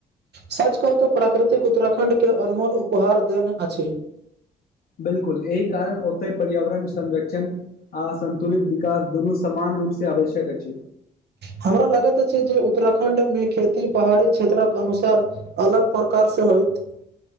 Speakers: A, on the right; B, on the left.
A: सच कहू त, प्राकृतिक उत्तराखण्डके अनमोल उपहार देन अछि।
B: बिल्कुल, एहि कारण ओतहि पर्यावरण संरक्षण आ संतुलित विकास दुनू समान रूप। से आवश्यक अछि।
A: हमरा लगैत अछि जे। उत्तराखण्ड में खेती पहाड़ी क्षेत्रक अनुसार अलग प्रकारसँ होयत।